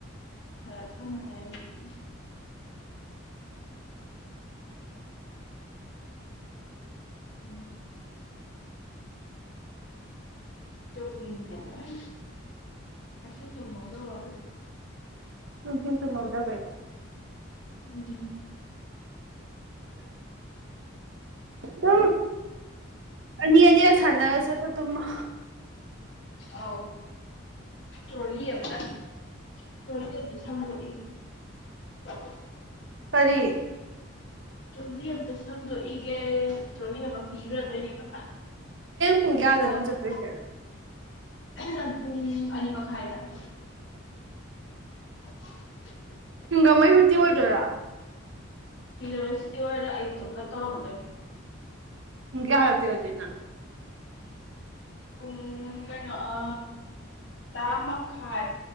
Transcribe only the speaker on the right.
ꯅꯨꯡꯊꯤꯟ ꯇꯨꯝꯍꯧꯗꯕꯩ
ꯅ ꯑꯅꯤ ꯑꯅꯤꯔꯛ ꯁꯥꯅꯥꯔꯁꯦ ꯑꯗ ꯇꯨꯝꯃ
ꯀꯔꯤ
ꯄꯨꯡ
ꯀꯌꯥꯗꯅꯣ
ꯆꯠꯇꯣꯏꯁꯦ
ꯍꯪꯒꯝꯃꯩ ꯍꯨꯔꯇꯤ ꯑꯣꯏꯗꯣꯔꯥ
ꯄꯨꯡ ꯀꯌꯥ ꯍꯂꯛꯇꯣꯏꯕ ꯑꯗꯣꯏ ꯅꯪ